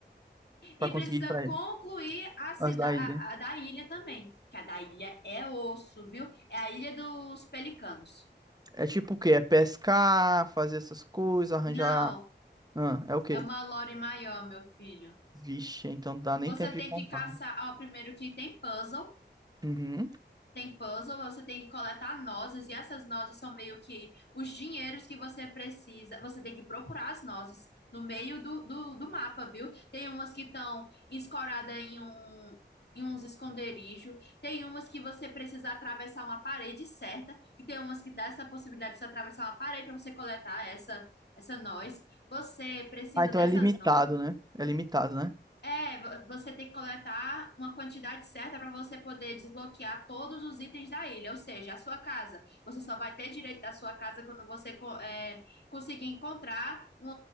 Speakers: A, on the left; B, on the right.
A: e
B: Pra conseguir
A: precisa
B: ir pra
A: concluir
B: ele.
A: a, cida
B: As da
A: a,
B: ilha.
A: a da ilha também. Que a da ilha é osso, viu? É a ilha dos pelicanos.
B: É tipo o quê? É pescar, fazer essas coisas,
A: Não,
B: arranjar. Ah, é o quê?
A: é uma lore maior, meu filho.
B: Vixe, então não dá nem
A: Você
B: tempo
A: tem
B: de contar.
A: que caçar, ó, primeiro que tem puzzle,
B: Uhum.
A: Tem puzzle, você tem que coletar nozes, e essas nozes são meio que os dinheiros que você precisa. Você tem que procurar as nozes no meio do, do, do mapa, viu? Tem umas que estão escoradas em um. Em uns esconderijos, tem umas que você precisa atravessar uma parede certa, que tem umas que dá essa possibilidade de você atravessar uma parede para você coletar essa essa noz. Você precisa
B: Ah, então
A: dessas,
B: é limitado,
A: no-
B: né? É limitado, né?
A: é, vo- você tem que coletar uma quantidade certa para você poder desbloquear todos os itens da ilha, ou seja, a sua casa. Você só vai ter direito da sua casa quando você co- é, conseguir encontrar um,